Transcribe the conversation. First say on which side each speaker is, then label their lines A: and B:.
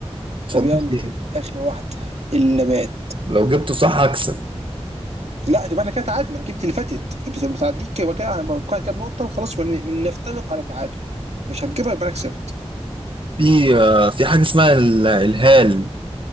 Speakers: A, on the right; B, on the right.
A: اتفضل
B: طب يلا
A: فيها
B: اخر واحده النبات
A: لو جبته صح هكسب
B: لا يبقى انا كده تعادل ما انا جبت اللي فاتت بس متعادلين كده وكده انا بقول كام نقطه وخلاص ونفترق على تعادل مش هتجيبها يبقى انا كسبت
A: في آه، في حاجة اسمها ال- الهال